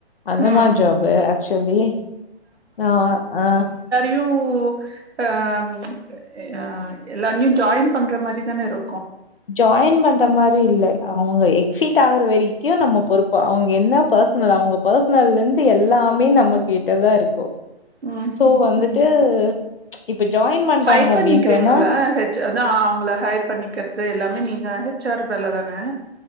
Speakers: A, on the left; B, on the right.
A: அந்த
B: ம்
A: மாரி ஜாப்பு ஆக்சுவலி ஆஹ் அஹ்
B: யு உஹ்ம் ஆ எல்லாமியு ஜாயின் பண்ற மாரிதானே இரு
A: ஜாயின் பண்ற மாரி இல்ல அஹ் அவங்க எக்ஸிட் ஆகுற வரைக்கு நம்ம பொறுப்பு அவங்க என்ன பர்சனல் அவங்க பர்சனல் இருந்து எல்லாமே நம்ம கிட்ட தா இருக்கு
B: ம்
A: சோ
B: ம்
A: வந்துட்டு
B: ம்
A: இப்ப ஜாயின் பண்றாங்க
B: ஹையர்
A: அப்படின்னு
B: பண்ணிக்கிறீங்கள்ல
A: சொன்னா
B: ஹெச் அதா அவங்கள ஹையர் பண்ணிக்கற் து எல்லாமே நீங்க ஹெச் ஆர் வேல தான